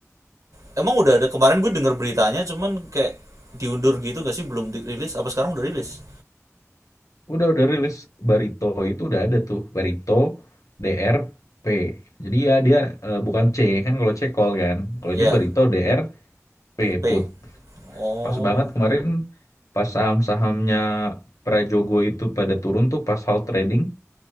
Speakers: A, on the right; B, on the left.
A: Emang udah ada kemarin gue denger beritanya cuman kayak diundur gitu gak sih belum dirilis apa sekarang udah rilis?
B: Udah udah rilis Barito itu udah ada tuh Barito DRP. Jadi ya dia eh, bukan C kan kalau C call kan. Kalau
A: Ya,
B: ini Barito DRP
A: P.
B: put.
A: Oh.
B: Pas banget kemarin pas saham-sahamnya Prajogo itu pada turun tuh pas hal trading